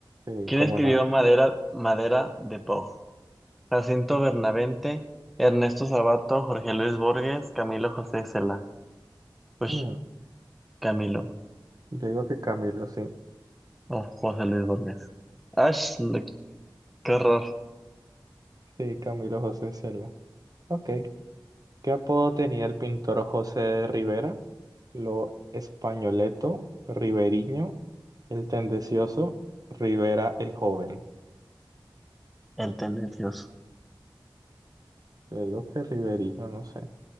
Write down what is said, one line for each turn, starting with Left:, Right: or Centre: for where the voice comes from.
Right: Sí,
Centre: ¿Quién
Right: como
Centre: escribió
Right: no.
Centre: Madera, Madera de Boj? Jacinto Bernavente, Ernesto Sabato, Jorge Luis Borges, Camilo José Cela. Ush,
Right: Mm,
Centre: Camilo,
Right: Yo digo que Camilo, sí.
Centre: o José Luis Borges. Ash, no, qué horror,
Right: Sí, Camilo José Cela. Ok. ¿Qué apodo tenía el pintor José Rivera? Lo Españoleto, Riveriño, el Tendencioso, Rivera el Joven.
Centre: el tendencioso.
Right: Te digo que Riveriño, no sé.